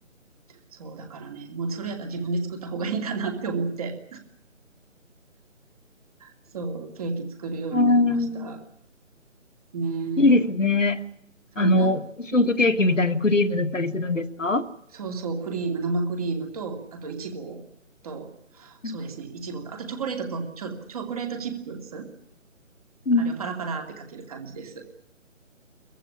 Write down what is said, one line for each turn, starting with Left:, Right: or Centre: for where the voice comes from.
Right: そう、だからね、もうそれやったら自分で作った方がいいかなって思って、そう、ケーキ作るようになりました。
Left: あー
Right: ね
Left: いいですね。
Right: え。そう、
Left: あの、
Right: なん、
Left: ショートケーキみたいにクリーム塗ったりするんですか
Right: うんうん。そうそう、クリーム、生クリームと、あといちごと、そうですね、
Left: う
Right: いちごと、あとチョコレートと、チョ、チョコレートチップス、
Left: ん。
Right: あれをパラパラってかける感じです。